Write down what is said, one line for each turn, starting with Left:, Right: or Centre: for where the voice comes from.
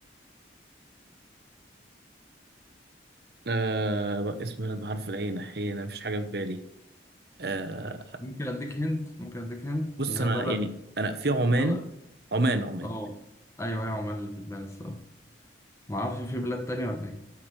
Right: آه اسم بلد بحرف العين حين مفيش حاجة في بالي آه
Left: ممكن اديك هنت ممكن اديك هنت
Right: بص
Left: هي
Right: أنا
Left: بلد
Right: يعني أنا في عمان
Left: بلد
Right: عمان عمان
Left: اه ايوه ايوه عمال اللي في دماغي الصراحة معرفش في بلاد تانية ولا ايه